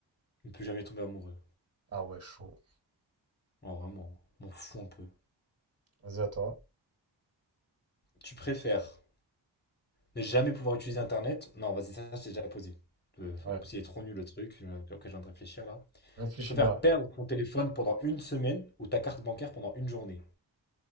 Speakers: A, on the left; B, on the right.
A: Ne plus jamais tomber amoureux.
B: Ah ouais, chaud.
A: Oh, vraiment, m'en fous un peu.
B: Vas-y, à toi.
A: Tu préfères Ne jamais pouvoir utiliser Internet. Non, vas-y, ça, c'est déjà posé. Euh,
B: Ouais.
A: la possibilité est trop nul le truc euh, auquel je viens de réfléchir là.
B: Réfléchis
A: Tu préfères
B: bien.
A: perdre ton téléphone pendant une semaine ou ta carte bancaire pendant une journée?